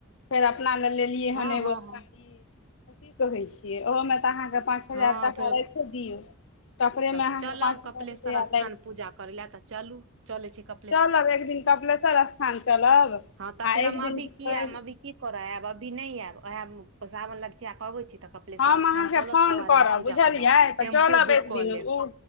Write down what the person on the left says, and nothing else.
फेर अपना लए लेलियै
हन एगो
साड़ी
की कहै छियै ओहोमे तऽ अहाँके पाँच
हजार टाका
राति दियौ कपड़े
में अहाँके
पाँच
हजार रुपैआ
लैत
चलब एक दिन कपलेश्वर स्थान चलब
आ
एक दिन की
कहै
हम
अहाँके
फोन
करब
बुझलियै
तऽ
चलब
एक
दिन
उ